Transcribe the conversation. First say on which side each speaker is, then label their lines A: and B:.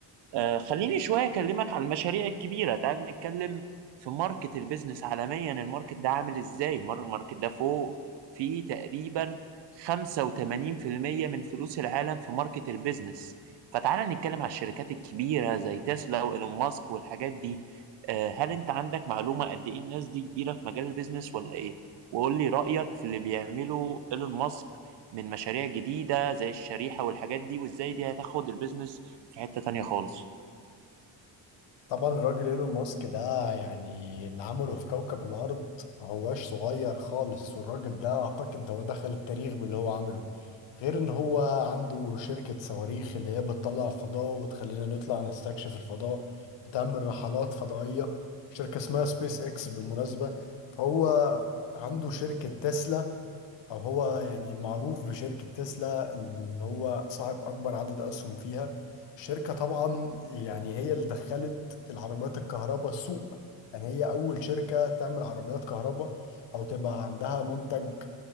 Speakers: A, on the right; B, on the left.
A: آه خليني شوية أكلمك على المشاريع الكبيرة تعال نتكلم في ماركت البيزنس عالميا الماركت ده عامل إزاي المار- الماركت ده فوق في تقريبا 85% من فلوس العالم في ماركت البيزنس فتعال نتكلم على الشركات الكبيرة زي تسلا وإيلون ماسك والحاجات دي آه هل أنت عندك معلومة قد إيه الناس دي كبيرة في مجال البيزنس ولا إيه؟ وقول لي رأيك في اللي بيعمله إيلون ماسك من مشاريع جديدة زي الشريحة والحاجات دي وإزاي دي هتاخد البيزنس في حتة تانية خالص
B: طبعا الراجل ايلون ماسك ده يعني اللي عمله في كوكب الارض ما هواش صغير خالص والراجل ده اعتقد ده هو دخل التاريخ باللي هو عمله غير ان هو عنده شركة صواريخ اللي هي بتطلع الفضاء وتخلينا نطلع نستكشف الفضاء وتعمل رحلات فضائية شركة اسمها سبيس اكس بالمناسبة فهو عنده شركة تسلا او هو يعني معروف بشركة تسلا ان هو صاحب اكبر عدد اسهم فيها الشركة طبعا يعني هي اللي دخلت العربيات الكهرباء السوق يعني هي اول شركة تعمل عربيات كهرباء او تبقى عندها منتج